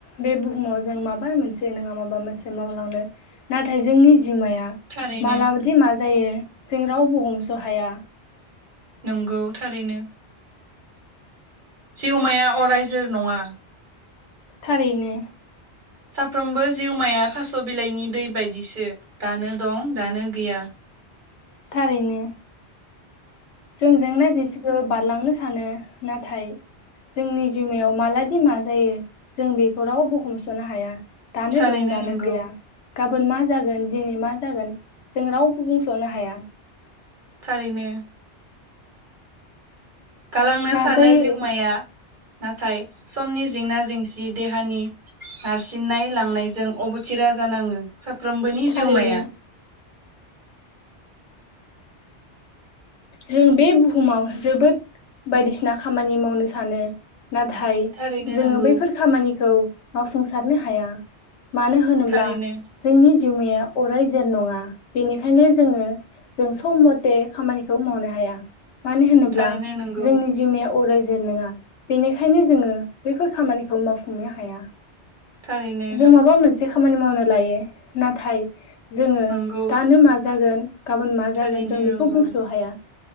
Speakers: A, on the left; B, on the right.
A: बे बुहुमाव जों माबा मोनसे नङा माबा मोनसे मावलांनो नाथाय जोंनि जिउमाया
B: थारैनो
A: मालाबदि मा जायो जों रावबो हमस' हाया।
B: नंगौ थारैनो। जिउमाया अरायजोर नङा।
A: थारैनो।
B: साफ्रोमबो जिउमाया थास' बिलाइनि दै बायदिसो दानो दं दानो गैया।
A: थारैनो जोंजों नायज ज बारलांनो सानो नाथाय जोंनि जिउमायाव मालादि मा जायो जों बेखौ रावबो हमस'नो हाया। दानो
B: थारैनो
A: दं दानो
B: नंगौ
A: गैया। गाबोन मा जागोन दिनै मा जागोन जों रावबो बुंस'नो हाया।
B: थारैनो। गालांनो
A: नाजायो
B: सानो जिउमाया नाथाय समनि जेंना जेंसि देहानि नारसिननाय लांनायजों अबथिरा जानाङो साफ्रोमबोनि
A: थारैनो
B: जिउमाया।
A: जों बे बुहुमाव जोबोद बायदिसिना खामानि मावनो सानो। नाथाय
B: थारैनो
A: जोङो
B: नंगौ
A: बैफोर खामानिखौ मावफुंसारनो हाया मानो होन होनोब्ला
B: थारैनो
A: जोंनि जिउमाया अराय जोर नङा बेनिखायनो जोङो जों सम मथे खामानि खौ मावनो हाया मानो होनोब्ला
B: थारैनो नंगौ
A: जोंनि जिउमाया अराय जोर नङा। बेनिखायनो जोङो बैफोर खामानिखौ मावफुंनो हाया
B: थारैनो
A: जों माबा मोनसे से खामानि मावनो लायो नाथाय जोङो
B: नंगौ
A: दानो मा जागोन गाबोन मा जागोन
B: थारैनो
A: जों बेखौ
B: नंगौ
A: बुं हाया